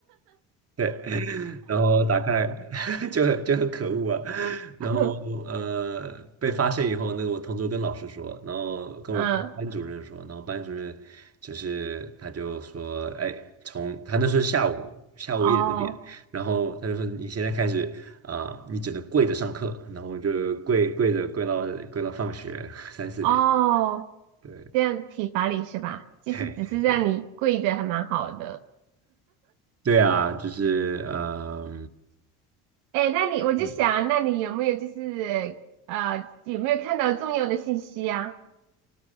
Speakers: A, on the right; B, on the right.
A: 对，<laughs> 然后打开 <laughs> 就很就很可恶啊，然后呃被发现以后，
B: <laughs>
A: 那个我同桌跟老师说，然后跟我们班主任说，
B: 嗯，
A: 然后班主任就是他就说，哎，从他那时候是下午下午一两点，
B: 哦
A: 然后他就说你现在开始啊、你只能跪着上课，然后我就跪跪着跪到跪到放学三四点，
B: 哦，
A: 对 <laughs>
B: 这样体罚你是吧？其实只是让你跪着，
A: 对对对，
B: 还蛮好的。
A: 对啊，就是呃
B: 哎，那你我就想，
A: 嗯。
B: 那你有没有就是呃，有没有看到重要的信息呀、